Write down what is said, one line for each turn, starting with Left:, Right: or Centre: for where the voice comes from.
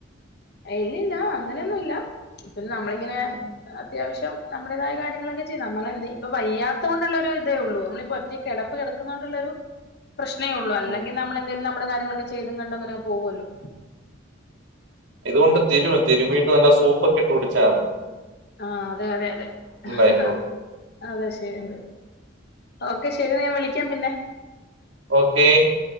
Left: ഇല്ലില്ല അങ്ങനെ ഒന്നും ഇല്ല പിന്നെ നമ്മള് ഇങ്ങനെ
Right: ഉം,
Left: അ ത്യാവശ്യം നമ്മുടേതായ കാര്യങ്ങളൊക്കെ ചെയ്യും. നമ്മളെന്തെ ഇപ്പോ വയ്യാത്ത കൊണ്ടുള്ള ഇതെ ഉള്ളൂ നമ്മളീ ഒറ്റ കിടപ്പ് കിടക്കുന്നോണ്ടുള്ളൊരു പ്രശ്നേ ഉള്ളൂ അല്ലെങ്കി
Right: ഉം, ഉം.
Left: നമ്മളെന്തെലും നമ്മടെ കാ ര്യങ്ങളൊക്കെ ചെയ്തും കണ്ടും അങ്ങനെ പോവും അല്ലോ
Right: ഇതുകൊണ്ട് തിരുമ് തീരുമ്മീട്ട് നല്ല സൂപ്പ് ഒക്കെ ഇട്ട് കുടിച്ചാതി.
Left: ആ അതെ അതെ അതെ
Right: ആയിക്കോളും
Left: ആ അതെ ശരിയ അത് ഓ ക്കെ ശരി എന്ന ഞാൻ വിളിക്കാം പിന്നെ.
Right: ഓക്കേ